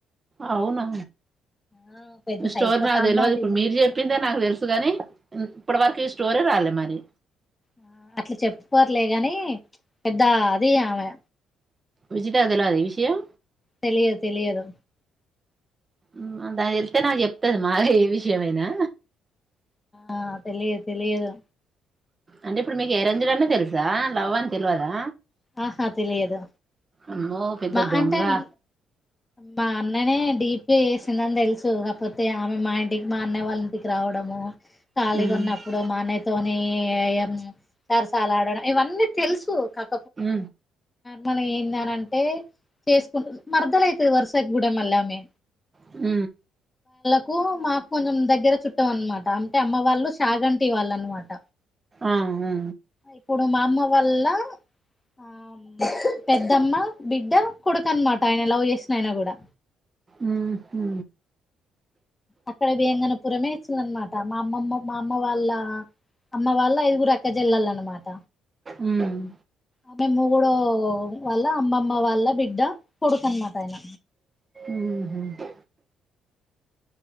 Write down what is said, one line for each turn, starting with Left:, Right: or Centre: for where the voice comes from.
Right: ఆవునా
Left: ఆ పెద్ద
Right: ఈ స్టోర్
Left: సైకో
Right: నాకు
Left: సాంబాది
Right: తెలవదు ఇప్పుడు మీరు చెప్పిందే నాకు తెలుసు గాని ఇప్పటి వరకు ఇస్ స్టోరే రాలే మరి
Left: ఆ అట్లా చెప్పుకోవట్లే గాని పెద్ద అది ఆమె
Right: విజిటకు తెలియదా ఇ విషయం
Left: తెలియదు తెలియదు
Right: ఉమ్ ఆ దానికి తెలిస్తే నాకు చెప్తది మాగా ఏ విషయమైనా.
Left: ఆ తెలియదు తెలియదు
Right: అంటే ఇప్పుడు మీకు ఏరంజడనే తెలుసా లవ్ అని తెల్వదా.
Left: ఆహా తెలియదు
Right: అమ్మో పెద్ద
Left: మా
Right: దొంగ
Left: అంటే మ్ మా అన్ననే డీప్ ఇ వేసిందని తెలుసు కాకపోతే ఆమె మా ఇంటికి మా అన్నయ్య వాళ్ళ ఇంటికి రావడము. ఖాళీగా
Right: ఉమ్
Left: ఉన్నప్పుడు మా అన్నయ్యతోనే మ్ సరసాలు ఆడడం ఇవన్నీ. తెలుసు కాక్
Right: ఉ
Left: మన ఎందని అంటే చేసుకుంటుంది మరదలు అయితుది వరుసకు కూడా మళ్ళా ఆమె
Right: ఉ
Left: కు మాకు కొంచెం దగ్గర చుట్టం అనమాట అంటే అమ్మ వాళ్ళు సాగంటి వాళ్ళు అనమాట.
Right: ఆ హు
Left: ఇప్పుడు మా అమ్మ వాళ్ల ఆమ్ పెద్దమ్మ బిడ్డ కొడుకనమాట ఆయన లవ్ చేసిన ఆయన కూడా.
Right: ఉ హు
Left: అక్కడ వేంగనపురమే ఇచ్చిందనమాట మా అమ్మమ్మ మా అమ్మ వాళ్ళ. అమ్మ వాళ్ళు ఐదుగురు అక్కజెల్లాలన్నమాట.
Right: ఉమ్
Left: అవి మూడోవి వాళ్ళ అమ్మమ్మ వాళ్ళ బిడ్డ కొడుకు అనమాట ఆయన
Right: మ్మ్